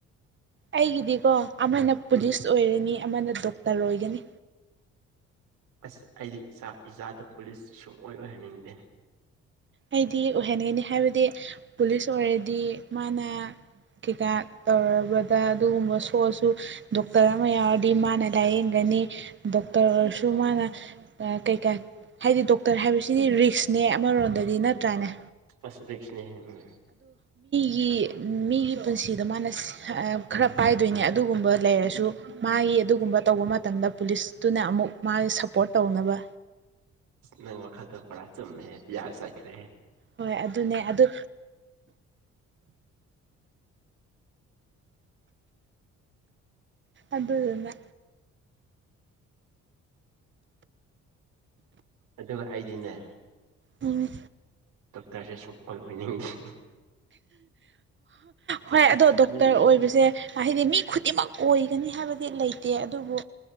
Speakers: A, on the right (about 40°); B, on the right (about 80°).
A: ꯑꯩꯒꯤꯗꯤꯀꯣ ꯑꯃꯅ ꯄꯨꯂꯤꯁ
B: ꯎꯝ
A: ꯑꯣꯏꯔꯅꯤ ꯑꯃꯅ ꯗꯣꯛꯇꯔ ꯑꯣꯏꯒꯅꯤ
B: ꯑꯁ ꯑꯩꯗꯤ ꯏꯆꯥ ꯏꯆꯥꯗ ꯄꯨꯂꯤꯁ ꯁꯨꯡꯑꯣ ꯑꯣꯏꯍꯟꯅꯤꯡꯗꯦ
A: ꯑꯩꯗꯤ ꯑꯣꯏꯍꯟꯒꯅꯤ ꯍꯥꯏꯕꯗꯤ ꯄꯨꯂꯤꯁ ꯑꯣꯏꯔꯗꯤ ꯃꯥꯅ ꯀꯩꯀꯥ ꯇꯧꯔꯕꯗ ꯑꯗꯨꯒꯨꯝꯕ ꯁꯣꯛꯑꯁꯨ ꯗꯣꯛꯇꯔ ꯑꯃ ꯌꯥꯎꯔꯗꯤ ꯃꯥꯅ ꯂꯥꯏꯌꯦꯡꯒꯅꯤ ꯗꯣꯛꯇꯔ ꯑꯣꯏꯔꯁꯨ ꯃꯥꯅ ꯀꯩꯀꯥ ꯍꯥꯏꯗꯤ ꯗꯣꯛꯇꯔ ꯍꯥꯏꯕꯁꯤꯗꯤ ꯔꯤꯛꯁꯅꯦ ꯑꯃꯔꯣꯝꯗꯗꯤ ꯅꯠꯇ꯭ꯔꯥꯅꯦ
B: ꯑꯁꯗꯁꯅꯦꯍꯦ ꯎꯝ
A: ꯒꯤ ꯃꯤꯒꯤ ꯄꯨꯟꯁꯤꯗ ꯃꯥꯅ ꯈꯔ ꯄꯥꯏꯗꯣꯏꯅꯦ ꯑꯗꯨꯒꯨꯝꯕ ꯂꯩꯔꯁꯨ ꯃꯥꯒꯤ ꯑꯗꯨꯒꯨꯝꯕ ꯇꯧꯕ ꯃꯇꯝꯗ ꯄꯨꯂꯤꯁꯇꯨꯅ ꯑꯃꯨꯛ ꯃꯥꯒꯤ ꯁꯞꯄꯣꯔꯠ ꯇꯧꯅꯕ
B: ꯅꯪ ꯋꯥꯈꯜꯗ ꯄꯔꯥ ꯆꯨꯝꯃꯦꯦ ꯄꯤꯌꯥꯔ ꯆꯥꯏꯠꯈ꯭ꯔꯦ
A: ꯍꯣꯏ ꯑꯗꯨꯅꯦ ꯑꯗꯨ ꯑꯗꯨꯗꯟꯅ
B: ꯑꯗꯨꯒ ꯑꯩꯗꯤꯅꯦ
A: ꯎ
B: ꯗꯣꯛꯇꯔꯁꯦ ꯁꯨꯡꯑꯣꯣꯏ ꯑꯣꯏꯅꯤꯡꯗꯦ
A: ꯍꯣꯏ
B: ꯑꯁ
A: ꯑꯗꯣ ꯗꯣꯛꯇꯔ
B: ꯃꯤ
A: ꯑꯣꯏꯕꯁꯦ ꯍꯥꯏꯗꯤ ꯃꯤ ꯈꯨꯗꯤꯡꯃꯛ ꯑꯣꯏꯒꯅꯤ ꯍꯥꯏꯕꯗꯤ ꯂꯩꯇꯦ ꯑꯗꯨꯕꯨ